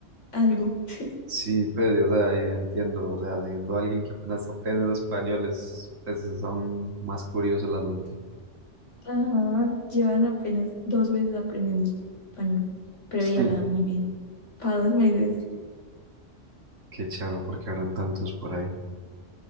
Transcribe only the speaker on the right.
Sí, pues, o sea, y entiendo, o sea, siendo alguien que apenas aprende los españoles, pues, es aún más curioso el asunto.
<laughs>
Mm.
Qué charro, porque habrán tantos por ahí.